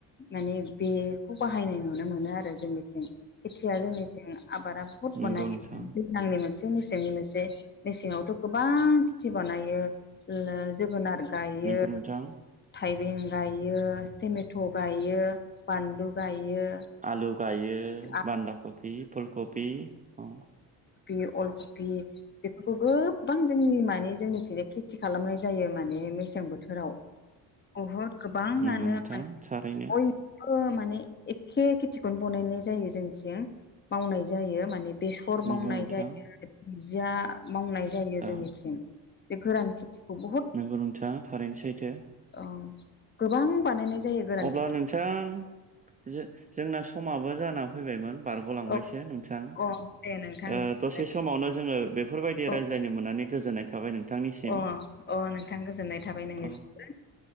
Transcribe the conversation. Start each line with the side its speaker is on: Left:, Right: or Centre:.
Left: माने बेखौ बाहायनाय नुनो मोनो आरो जोंनिथिं खेथिया जोंनिथिं आबादा बहुत
Right: नंगौ
Left: बानाय
Right: नोंथां
Left: दैलांनि मोनसे मेसेंनि मोनसे मेसेङावथ' गोबां खेथि बानायो। जोगोनार गायो
Right: नंगौ नोंथां
Left: थाइबें गायो टेमेट' थ' गायो बानलु गायो।
Right: आलु गायो
Left: आलु
Right: बान्दा कबि, फुल कबि औ।
Left: कपि अल कपि। बेफोरखौ गोबां जोंनि मानि जोंनिथिं जाय खेथि खालामनाय जायो माने मेसें बो बोथोराव बहुद गोबाङानो
Right: नंगौ नोंथां
Left: माने।
Right: थारैनो
Left: माने एखे खेथिखौनो बनायनाय जायो जोंथिं मावनाय जायो माने बेसर
Right: नंगौ
Left: मावनाय
Right: नोंथां
Left: जायो दुुनदिया मावनाय जायो जोंनिथिं।
Right: औ
Left: बे गोरान खेथिखौ बहुत
Right: नंगौ नोंथां थारैनो सैथो
Left: औ गोबां बानायनाय जायो। गोरान
Right: अब्ला
Left: खेथि
Right: नोंथां जो-जोंना समाबो जाना फैबायमोन बारगलांबायसो
Left: औ
Right: नोंथां
Left: अ दे नोंथां
Right: ओ
Left: बिदिबालाय
Right: दसे समावनो जोङो बे बेफोरबायदि
Left: अ
Right: रायज्लायनो मोननानै गोजोननाय थाबाय नोंथांनिसिम
Left: अ अ नोंथां गोजोननाय थाबाय नोंनिसिम
Right: अ।